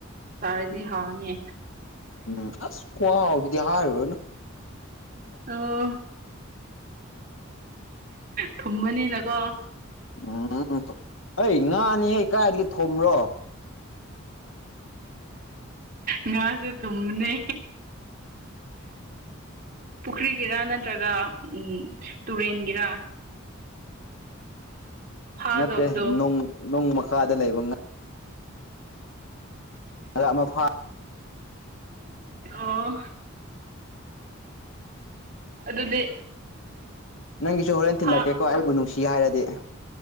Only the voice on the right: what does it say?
ꯆꯥꯔꯗꯤ ꯍꯥꯎꯔꯅꯤ
ꯑꯣ ꯊꯨꯝꯃꯅꯤꯅꯀꯣ
ꯉꯁꯨ ꯊꯨꯝꯅꯤ ꯄꯨꯈ꯭ꯔꯤꯒꯤꯔ ꯅꯠꯇ꯭ꯔꯒ ꯎꯝ ꯇꯨꯔꯦꯟꯒꯤꯔ ꯐꯥꯗꯧꯕꯗꯣ
ꯑꯣ ꯑꯗꯨꯗꯤ
ꯐꯥ